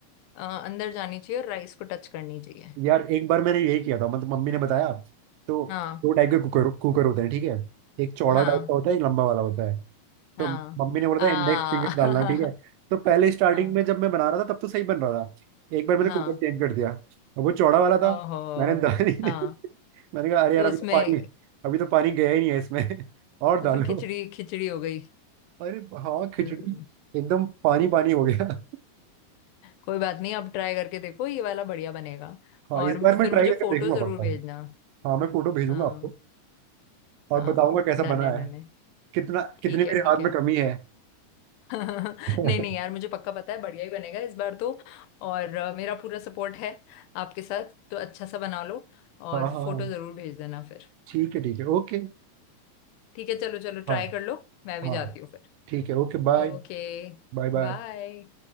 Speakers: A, on the left; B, on the right.
A: अ, अंदर जानी चाहिए और राइस को टच करनी चाहिए
B: यार एक बार मैंने यही किया था मतलब मम्मी ने बताया तो
A: हाँ
B: दो टाइप के कुकर कुकर होते हैं ठीक है एक चौड़ा
A: हाँ
B: टाइप का होता है एक लंबा वाला होता है
A: हाँ
B: तो मम्मी ने बोला
A: आ
B: था इंडेक्स फिंगर
A: <laughs>
B: डालना ठीक है तो पहले स्टार्टिंग
A: हाँ
B: में जब मैं बना रहा था तब तो सही बन रहा था एक बार मैंने
A: हाँ
B: कुकर चेंज कर दिया अब वो चौड़ा वाला था
A: ओहो
B: मैंने दाल ही नहीं-
A: हाँ
B: <laughs> मैंने कहा अरे यार
A: तो
B: अभी
A: उसमें
B: तो पानी अभी तो पानी गया ही नहीं है इसमें <laughs> और डालो
A: तो फिर खिचड़ी खिचड़ी हो गई
B: अरे हाँ खिचड़ी
A: हम्म
B: एकदम पानी पानी हो गया
A: कोई बात नहीं अब ट्राई करके देखो ये वाला बढ़िया बनेगा
B: हाँ
A: और
B: इस बार मैं
A: फिर
B: ट्राई
A: मुझे
B: करके
A: फोटो
B: देखूंगा
A: जरूर
B: पक्का
A: भेजना
B: हाँ मैं फोटो भेजूंगा
A: हाँ
B: आपको और
A: हाँ
B: बताऊंगा कैसा
A: डन
B: बना
A: है डन
B: है
A: है
B: कितना कितनी
A: ठीक
B: मेरे
A: है ठीक
B: हाथ
A: है
B: में कमी
A: <laughs>
B: है
A: नहीं
B: <laughs> हाँ
A: नहीं यार मुझे पक्का पता है बढ़िया ही बनेगा इस बार तो और अ, मेरा पूरा सपोर्ट है आपके साथ तो अच्छा सा बना लो और
B: हाँ
A: फोटो
B: हाँ
A: जरूर भेज देना फिर
B: ठीक है ठीक है ओके
A: ठीक है चलो चलो ट्राई
B: हाँ
A: कर लो मैं भी
B: हाँ
A: जाती हूँ फिर
B: ठीक है ओके बाय
A: Okay
B: Bye bye
A: bye